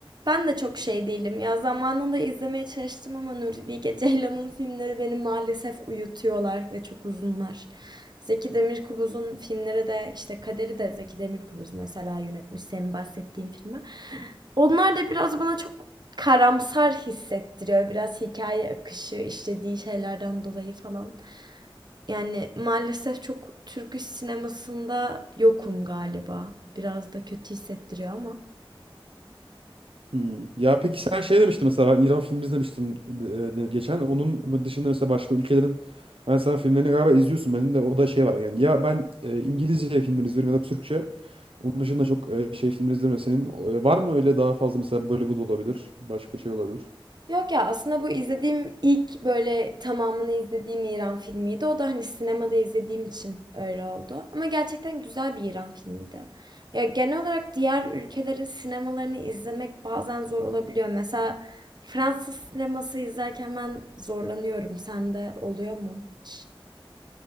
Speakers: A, on the right; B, on the right.
A: ben de çok şey değilim. Ya zamanında izlemeye çalıştım ama Nuri Bilge Ceylan'ın filmleri beni maalesef uyutuyorlar ve çok uzunlar. Zeki Demirkubuz'un filmleri de işte Kader'i de Zeki Demirkubuz mesela yönetmiş senin bahsettiğin filmi. Onlar da biraz bana çok karamsar hissettiriyor. Biraz hikaye akışı, işlediği şeylerden dolayı falan. Yani maalesef çok Türk iş sinemasında yokum galiba. Biraz da kötü hissettiriyor ama.
B: Hmm. Ya peki sen şey demiştin mesela ben İran filmi izlemiştim e, e, geçen. Onun dışında mesela başka ülkelerin hani sen filmlerini galiba izliyorsun. Benim de o da şey var yani. Ya ben e, İngilizce filmleri izliyorum ya da Türkçe. Onun dışında çok e, şey filmleri izlemiyorum. Senin e, var mı öyle daha fazla mesela Bollywood olabilir. Başka şey olabilir.
A: Yok ya aslında bu izlediğim ilk böyle tamamını izlediğim İran filmiydi. O da hani sinemada izlediğim için öyle oldu. Ama gerçekten güzel bir İran filmiydi. Ya genel olarak diğer ülkelerin sinemalarını izlemek bazen zor olabiliyor. Mesela Fransız sineması izlerken ben zorlanıyorum. Sende oluyor mu hiç?